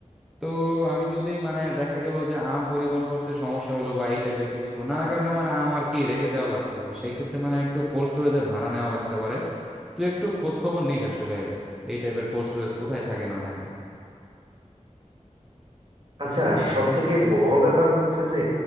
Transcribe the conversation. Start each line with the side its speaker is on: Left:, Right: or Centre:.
Centre: তো আমি যদি মানে দেখা গেল যে আম পরিবহন করতে সমস্যা হলো বা এই টাইপের কিছু নানা কারণে মানে আম আর কি রেখে দেওয়া লাগতে পারে সেই ক্ষেত্রে মানে একটু কোল্ড স্টোরেজে ভাড়া নেওয়া লাগতে পারে তুই একটু খোঁজ খবর নিস আসলে এই টাইপের কোল্ড স্টোরেজ কোথায় থাকে না থাকে
Right: আচ্ছা সব থেকে বড় ব্যাপার হচ্ছে যে